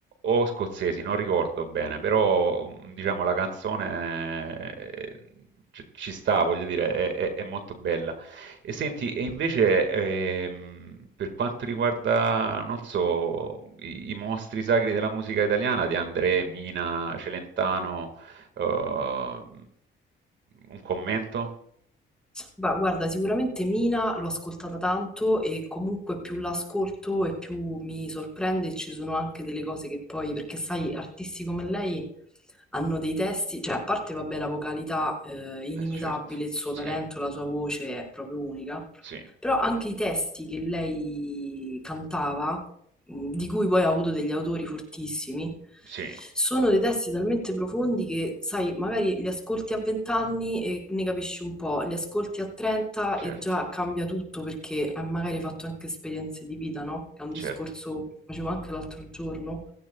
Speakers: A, on the right (about 65°); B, in the centre.
A: o scozzesi, non ricordo bene, però mm, diciamo la canzone eh, ci ci sta, voglio dire, è, è- è molto bella. E senti, e invece ehm, per quanto riguarda, non so, i, i mostri sacri della musica italiana di André, Mina, Celentano, Uh, un commento?
B: Ma guarda, sicuramente Mina l'ho ascoltata tanto e comunque più l'ascolto e più mi sorprende e ci sono anche delle cose che poi, perché sai, artisti come lei hanno dei testi, cioè a parte, vabbè, la vocalità eh, inimitabile,
A: Eh, certo,
B: il suo
A: sì,
B: talento, la sua voce è proprio unica,
A: sì,
B: però anche i testi che lei cantava mh, di cui poi ha avuto degli autori fortissimi,
A: sì,
B: sono dei testi talmente profondi che, sai, magari li ascolti a 20 anni e ne capisci un po', li ascolti a 30
A: certo,
B: e già cambia tutto perché hai magari fatto anche esperienze di vita, no? È un discorso
A: certo,
B: che facevo anche l'altro giorno